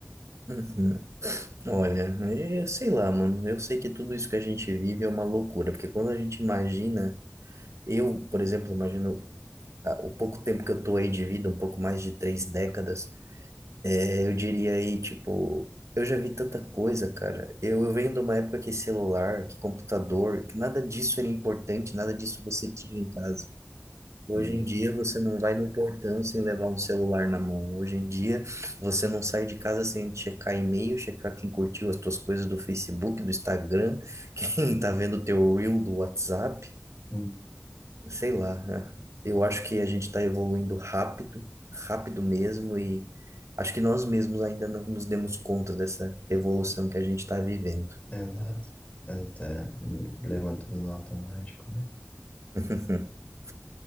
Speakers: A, on the right (about 85°); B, on the left (about 30°).
A: Uhum. Olha, é, sei lá, mano. Eu sei que tudo isso que a gente vive é uma loucura, porque quando a gente imagina, eu, por exemplo, imagino ah, o pouco tempo que eu tô aí de vida, um pouco mais de três décadas, é, eu diria aí, tipo, eu já vi tanta coisa, cara. Eu, eu venho de uma época que celular, que computador, que nada disso era importante, nada disso você tinha em casa. Hoje
B: Sim.
A: em dia você não vai no portão sem levar um celular na mão. Hoje em dia você não sai de casa sem checar e-mail, checar quem curtiu as tuas coisas do Facebook, do Instagram, <laughs> quem tá vendo o teu reel do WhatsApp,
B: Hum,
A: sei lá. né? Eu acho que a gente está evoluindo rápido, rápido mesmo, e acho que nós mesmos ainda não nos demos conta dessa evolução que a gente está vivendo.
B: Exato. A gente tá hum, levantando no automático, né?
A: <laughs>